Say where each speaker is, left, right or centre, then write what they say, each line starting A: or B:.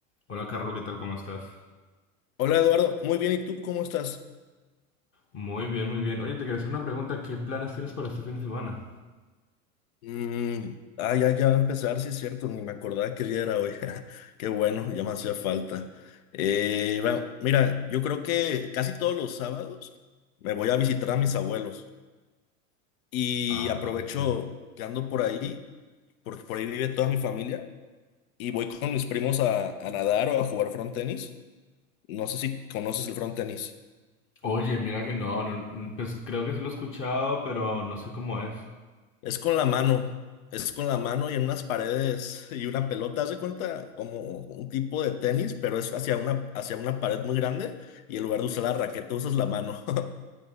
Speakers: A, on the left; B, on the left.
A: Hola Carlos, ¿qué tal? ¿Cómo estás?
B: Hola Eduardo, muy bien, ¿y tú cómo estás?
A: Muy bien, muy bien. Oye, te quería hacer una pregunta. ¿Qué planes tienes para este fin de semana?
B: Mm, ah, ya, ya va a empezar, sí es cierto, ni me acordaba que día era hoy. <laughs> Qué bueno, ya me hacía falta. Eh, va, mira, yo creo que casi todos los sábados me voy a visitar a mis abuelos y
A: Ah,
B: aprovecho
A: sí.
B: que ando por ahí, porque por ahí vive toda mi familia, y voy con mis primos a, a nadar o a jugar frontenis. No sé si conoces el frontenis.
A: Oye, mira que no, no, mm, pues creo que sí lo he escuchado, pero no sé cómo es.
B: Es con la mano, es con la mano y en unas paredes y una pelota, haz de cuenta como un tipo de tenis, pero es hacia una, hacia una pared muy grande y en lugar de usar la raqueta usas la mano. <laughs>